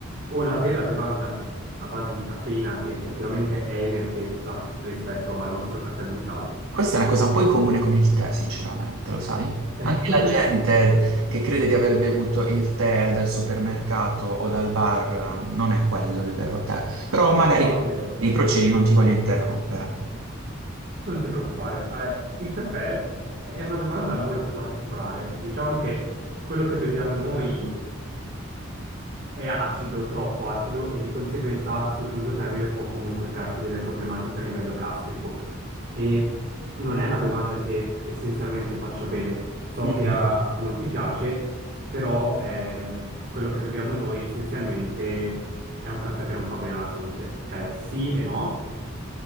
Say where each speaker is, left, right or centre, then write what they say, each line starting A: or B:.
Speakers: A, on the right; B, on the right.
A: o la vera bevanda a base di caffeina che effettivamente è energetica rispetto al nostro caffè bruciato.
B: Questa è una cosa un po' in comune con il tè, sinceramente, lo sai?
A: <laughs>
B: Anche la gente
A: Sì,
B: che crede di aver bevuto il tè dal supermercato o dal bar, eh, non è quello il vero tè. Però magari
A: no, esatto.
B: i procedi non ti voglio interrompere.
A: Non ti preoccupare, eh, il caffè è una bevanda molto particolare. Diciamo che quello che beviamo noi. è acido, troppo acido e di conseguenza sul lungo termine può comunque crearti delle problematiche a livello gastrico. E non è una bevanda che essenzialmente faccia bene. So
B: Mhm.
A: che a, a molti piace, però ehm, quello che beviamo noi essenzialmente è un caffè che non fa bene alla salute. Cioè sì e no,